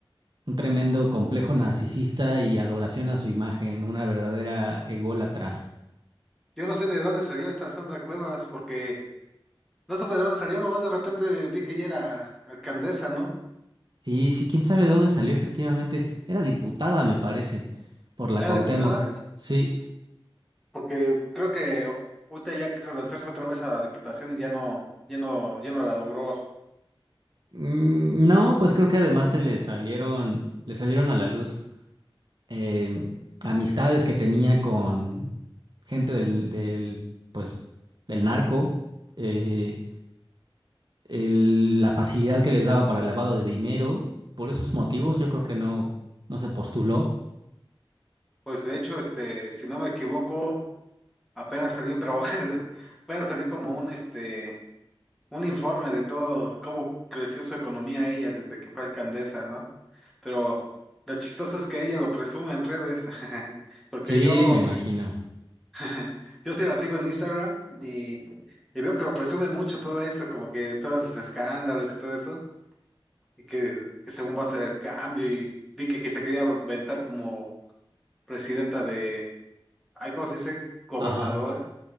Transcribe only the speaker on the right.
un tremendo complejo narcisista y adoración a su imagen, una verdadera ególatra.
Sí, sí, quién sabe de dónde salió efectivamente. Era diputada, me parece, por la
Cuauhtémoc.
Sí.
Mm, No, pues creo que además se le salieron, le salieron a la luz eh, amistades que tenía con gente del, del, pues, del narco, eh, el- la facilidad que les daba para el lavado de dinero. Por esos motivos, yo creo que no, no se postuló.
Sí,
me imagino.
Ajá.